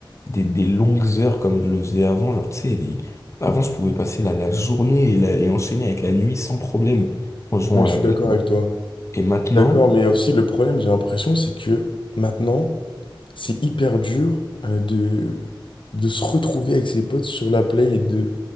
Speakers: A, on the left; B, on the left.
A: des, des longues heures comme je le faisais avant, genre tu sais, des- avant je pouvais passer la, la journée et, la- et enchaîner avec la nuit sans problème en jouant
B: Ouais, je
A: à la
B: suis
A: play,
B: d'accord avec toi.
A: et maintenant...
B: D'accord, mais aussi le problème, j'ai l'impression, c'est que maintenant, c'est hyper dur euh, de, de se retrouver avec ses potes sur la play et de